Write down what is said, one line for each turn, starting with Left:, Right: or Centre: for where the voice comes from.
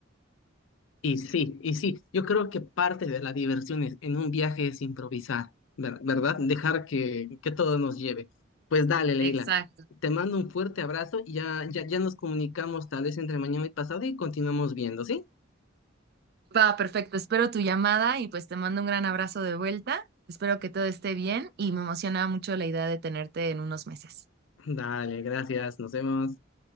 Left: Y sí, y sí, yo creo que parte de la diversión es- en un viaje es improvisar, ver- ¿verdad? Dejar que, que todo nos lleve. Pues dale, Leila,
Right: Exacto.
Left: te mando un fuerte abrazo y ya, ya, ya nos comunicamos tal vez entre mañana y pasado y continuamos viendo, ¿sí?
Right: Va, perfecto. Espero tu llamada y pues te mando un gran abrazo de vuelta. Espero que todo esté bien y me emociona mucho la idea de tenerte en unos meses.
Left: Dale, gracias, nos vemos.